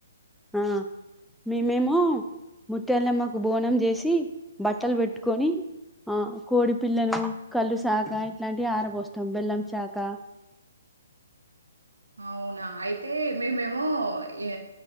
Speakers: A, in the centre; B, on the right.
A: ఆ మ మేమో ముత్యాలమ్మ కు బోనం చేసి బట్టలు పెట్టుకొని ఆ కోడి పిల్లను కళ్ళు శాక ఇట్లాంటివి ఆరబోస్తాం బెల్లం శాక <inaudible>
B: అవునా అయితే మేమేమో ఈ